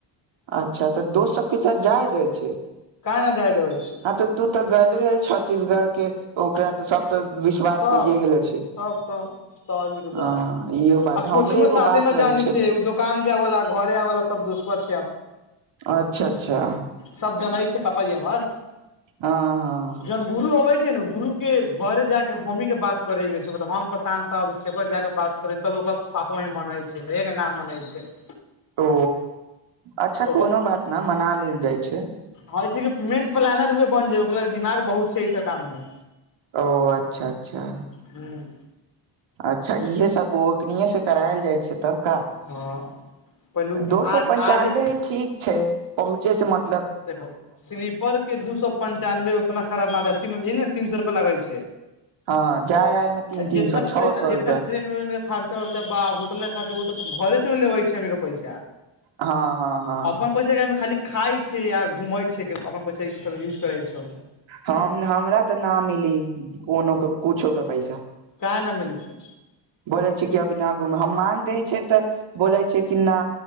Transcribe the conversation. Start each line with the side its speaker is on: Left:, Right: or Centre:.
Right: अच्छा तऽ दोस्त सबके सा जाय जाइ छै
Left: काहे न जाय देबै छै
Right: हँ तऽ त तऽ गे रहे छत्तीसगढ़ के ओकरा तऽ सब तऽ विश्वास
Left: तब
Right: होइए गेलो छै
Left: तब तब सब आदमी के
Right: ह
Left: बाप
Right: इहो बात
Left: आ कोचिंगो
Right: हमरे एगो
Left: साे
Right: बात
Left: में जानी
Right: होइ
Left: छै दोकान पे आवा घरे आवा सब्त
Right: अच्छा अच्छा
Left: सब जै छै पापाजी हमर
Right: हँ हँ
Left: जन गुरु हब छै ने गुरु के घरे जााक हमहीं के बात करे के छै मतलब हम प्रशानता अभिषकर जाक बात करे तब ओकर पापा मनै छै भेग न मनै छै <unintelligible>
Right: ओ अच्छा
Left: ओकर
Right: कोनो बात नहि मना लेल जाइ छै
Left: हँ ऐसे कि मेन प्लानर उहे बन जे ओकर दिमाग बहुत छै ई सब काम मे
Right: ओ अच्छा अच्छा
Left: हूँ
Right: अच्छा इह सब करायल जाइ छै तऽ का
Left: हँ पहिलुकी
Right: दो
Left: आज
Right: सए पंचानबे
Left: आजे
Right: हय ठीक छै कहहुँचे से मत
Left: देखो स्लीपर के दू सए पञ्चानबे उतना खराब नाथ ती तीन सए लगाय छै
Right: हँ जाय आय मे तीन तीन
Left: जितना
Right: सौ छओ सौ
Left: जितना
Right: रुपआ
Left: ट्रेन उेन खर्चा उर्चा बा होटल खर्चा ब त घरे त लेबै छ के पैसा
Right: हँ हँ हँ
Left: अपन पैसा के हममे खाली खााय छै या घूम छै अपना पैसा यूज करै छै
Right: हम हमरा तऽ न मिली कोनो के कुछो के पैसा
Left: आ ने मिल छै
Right: बोले छै अभी न घूमे हम मांग रहे छै तऽ बोले छै कि न